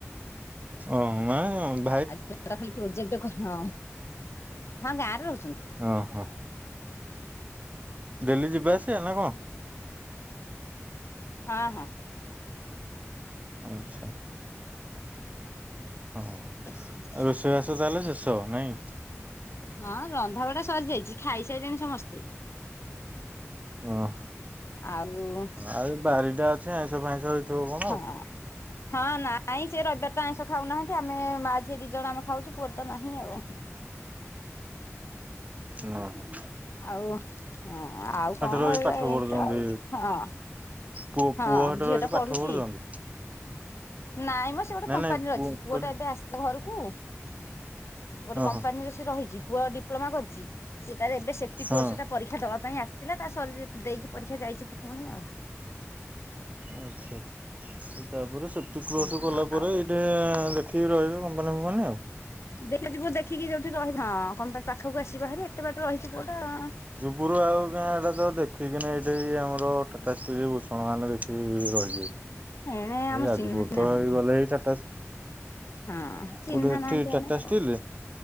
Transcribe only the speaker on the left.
ଆଜି ଖାଲି ପ୍ରୋଜେକ୍ଟ କରିବ ହଁ ଗାଁରେ ରହୁଛନ୍ତି।
ହଁ ହଁ।
ଦଶ ମିନିଟ ହେଲା।
ହଁ ରନ୍ଧା ବଢା ସରିଯାଇଛି ଖାଇସାରିଲେଣି ସମସ୍ତେ।
ଆଉ
ହଁ ହଁ ନାଇଁ ସିଏ ରବିବାର ତ ଆଇଁଷ ଖାଉନାହାଁନ୍ତି ଆମେ ମା ଝିଅ ଦି ଜଣ ଆମେ ଖାଉଛୁ ପୁଅର ତ ନାହି। ହଉ।
ଆଉ ହଁ ଆଉ କଣ
ଏୟା
ଏମିତି
ଆଉ ହଁ।
ହଁ
ଝିଅ
ଟା ପଢୁଚି।
ନାଇଁ ମ ସିଏ ଗୋଟେ
କପାନୀର
ଅଛି ପୁଅ
ଟା ଏବେ ଆସି ଘରକୁ ଗୋଟେ
କମ୍ପାନୀରେ
ସେ ରହିଛି ପୁଅ ଡିପ ଡିପ୍ଲୋମା କରିଛି ସେ ତାର ଏବେ ସେପ୍ଟି କୋର୍ସଟା
ପରୀକ୍ଷା ଦବା ପାଇଁ ଆସିଥିଲା ତା ସର ଦେଇକି ପରୀକ୍ଷା ଯାଇଚି ପୁୁଣି ଆଉ।
ହଁ
ଆଉ
<unintelligible> ଯିବୁ ଦେଖିକି ଯୋଉଠି ରହିବ ହଁ କଣ ପାଖକୁ ଆସିବା ହରି ଏତେ ବାଟ ରହିଛି ପୁଅ ଟା।
ଏଣେ ଆମର
ଚିହ୍ନା କେହି
ନାହାନ୍ତି।
ହଁ
ଚିହ୍ନା
ନାହାନ୍ତି
ଏଣେ ଆଉ।